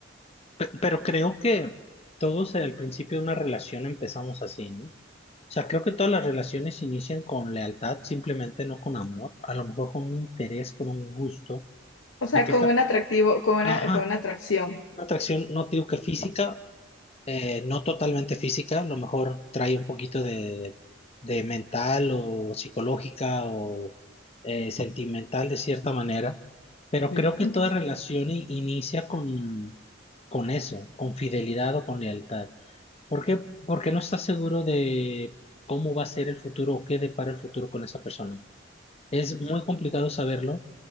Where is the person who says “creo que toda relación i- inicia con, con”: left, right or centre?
Left